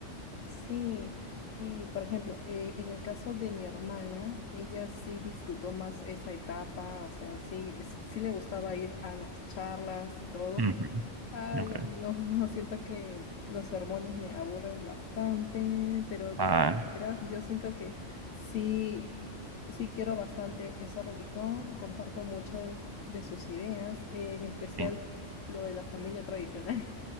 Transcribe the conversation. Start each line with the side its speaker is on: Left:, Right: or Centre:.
Left: Sí, y por ejemplo, eh, en el caso de mi hermana, ella sí disfrutó más esa etapa, o sea, sí, es- sí le gustaba ir a las charlas y todo.
Right: Ujú,
Left: Ay,
Right: ok.
Left: a mí no, <laughs> siento que los sermones me aburren bastante, pero de
Right: Ah,
Left: todas maneras yo siento que sí, sí quiero bastante esa religión, comparto muchas de sus ideas, eh, en especial
Right: sí.
Left: lo de la familia tradicional.